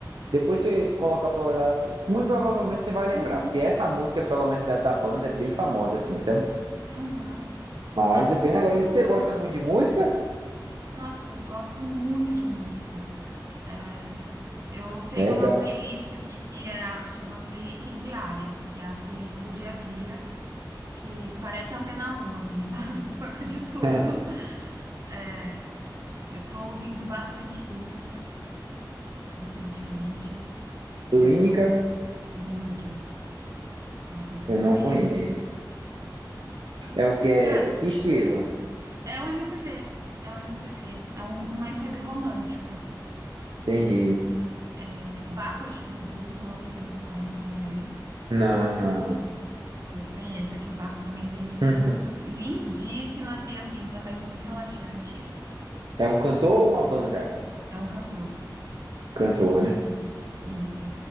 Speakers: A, on the right (about 75°); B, on the right (about 45°).
A: Depois você coloca pra olhar. Muito provavelmente você vai lembrar,
B: Uhum,
A: porque essa música, pelo menos da, da banda, é bem famosa, assim, sabe?
B: uhum.
A: Mas
B: Nossa,
A: é
B: eu
A: bem
B: nunca
A: legal.
B: ouvi falar.
A: E você gosta muito de música?
B: Nossa, eu gosto muito de música. É, eu tenho
A: Legal.
B: uma playlist aqui que é, a- chama playlist diária, que é a playlist do dia a dia, que parece Antena um, assim, <laughs> sabe? Toca de tudo.
A: <laughs>
B: É, eu tô ouvindo bastante Lineker recentemente.
A: Lineker,
B: Eu tô Lineker, não sei se você
A: eu não
B: conhece.
A: conheço. É o que é.
B: Gra-
A: Que estilo?
B: É um MPB, é um MPB, é um, um MPB romântico.
A: Entendi.
B: É Baco Exu do Blues, eu não sei se você conhece também.
A: Não, não.
B: Pois conheça, que o Baco também tem
A: <laughs>
B: músicas lindíssimas e assim, também muito relaxante.
A: É um cantor
B: Hum,
A: ou uma banda?
B: é um cantor,
A: Cantor,
B: é
A: né?
B: um cantor. Isso.